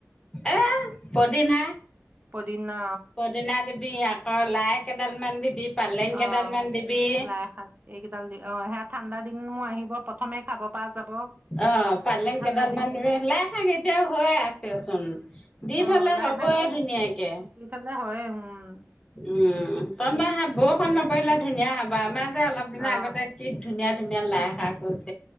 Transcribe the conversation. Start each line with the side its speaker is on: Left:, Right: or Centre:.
Left: এ পদিনা।
Right: পদিনা
Left: পদিনা দিবি আক <unintelligible> লাই কেদাল মান দিবি। পালেং কেইডালমান
Right: অ'
Left: দিবি
Right: লাই শাক এইকেইডাল দি, অ' সেয়া ঠাণ্ডা দিনো আহিব। প্ৰথমে খাব পৰা যাব
Left: অহ ', পালেং
Right: ঠাণ্ডা
Left: কেইডাল
Right: দিন
Left: মান লাই শাক এতিয়াও হৈ আছেচোন। দি
Right: অ
Left: থ'লে
Right: লাই
Left: হ'বই
Right: শাকটো
Left: ধুনীয়াকে।
Right: দি থলে হয় উম ',
Left: উম <unintelligible> বৰষুণ নপৰিলে। ধুনীয়া হ'ব আমাৰ। অলপ দিনা
Right: অ
Left: আগতে কি ধুনীয়া সেদিনা লাই শাক কৰিছে।